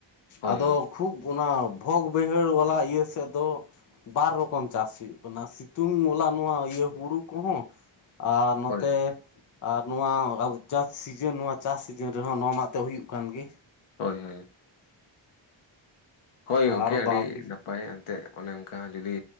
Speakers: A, on the left; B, on the left.
A: ᱦᱳᱭ
B: ᱟᱫᱚ
A: ᱦᱳᱭ
B: ᱠᱷᱩᱵ ᱚᱱᱟ ᱵᱷᱚᱜᱽ ᱵᱟᱹᱭᱦᱟᱹᱲ ᱵᱟᱞᱟ ᱤᱭᱟᱹ ᱥᱮᱫ ᱫᱚ ᱵᱟᱨ ᱨᱚᱠᱚᱢ ᱪᱟᱥ ᱦᱩᱭᱩᱜ ᱠᱟᱱᱟ, ᱥᱤᱛᱩᱝ ᱢᱚᱞᱟ ᱱᱚᱣᱟ ᱤᱭᱟᱹ ᱦᱩᱲᱩ ᱠᱚᱦᱚᱸ᱾ ᱟᱨ ᱱᱚᱛᱮ
A: ᱦᱳᱭ
B: ᱟᱨ ᱱᱚᱣᱟ ᱟᱵᱚ ᱪᱟᱥ ᱥᱤᱡᱚᱱ ᱱᱚᱣᱟ ᱪᱟᱥ ᱥᱤᱡᱚᱱ ᱨᱮᱦᱚᱸ ᱱᱚᱣᱟ ᱢᱟ ᱛᱮ ᱦᱩᱭᱩᱜ ᱠᱟᱱ ᱜᱮ᱾
A: ᱦᱳᱭ ᱦᱳᱭ᱾ ᱦᱳᱭ
B: ᱟᱨ
A: ᱜᱚᱝᱠᱮ ᱟᱹᱰᱤ
B: ᱵᱟᱠᱤ
A: ᱱᱟᱯᱟᱭ ᱮᱱᱛᱮᱫ ᱚᱱᱮ ᱚᱱᱠᱟ ᱡᱩᱫᱤ᱾